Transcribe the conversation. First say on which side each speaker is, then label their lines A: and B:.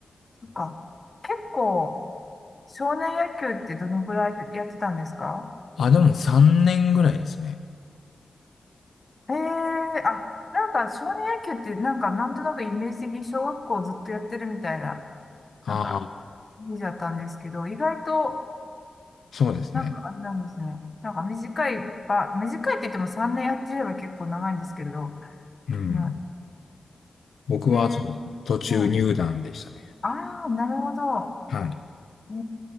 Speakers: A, on the left (about 25°); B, on the left (about 75°).
A: そっか。結構、少年野球ってどのくらいでやってたんですか
B: あ、でも3年ぐらいですね。
A: ええーあ、なんか少年野球ってなんかなんとなくイメージ的に小学校ずっとやってるみたいな、
B: ああ、
A: なんか、イメージだったんですけど、意外と、
B: そうですね。
A: なんかあれなんですね。なんか短いば、短いって言っても3年やってれば結構長いんですけど、
B: うん。
A: うん
B: 僕はそうですね。
A: ねえ
B: 途中入団でしたね。
A: ー、はい。ああ、なるほど。
B: はい。
A: え